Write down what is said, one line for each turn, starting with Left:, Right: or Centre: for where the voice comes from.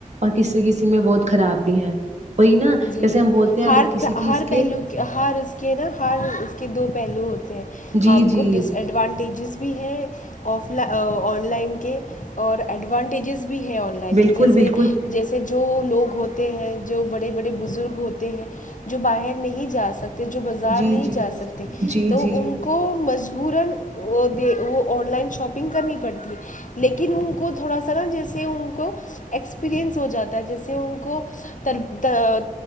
Right: کسی کسی میں بہت خراب بھی ہیں وہی نا
Left: جی
Right: جیسے ہم بولتے ہیں
Left: ہر
Right: اگر کسی چیز
Left: ہر پہلو کے ہر اس کے نا ہر اس کے دو پہلوود ہیں
Right: جی
Left: آپ کو
Right: جی
Left: ڈس ایڈوانٹیجز بھی ہیں آف لائ آن لائن کے اور ایڈوانٹیجز بھی بھی ہے آن لائن
Right: بالکل
Left: کہ جیسے
Right: بالکل
Left: جیسے جو لوگ ہوتے ہیں جو بڑے بڑے بڑے بزرگ ہوتے ہیں جو باہر نہیں جا سکتے جو بازار
Right: جی
Left: نہیں
Right: جی
Left: جا سکتے
Right: جی
Left: تو
Right: جی
Left: ان کو مجبورا وہ وہ آن لائن شاپنگ کرنی تھی پڑتی ہے لیکن ان کو تھوڑا سا نا جیسے ان کو ایکسپیرئنس ہو جاتا جیسے ان کو تربو تو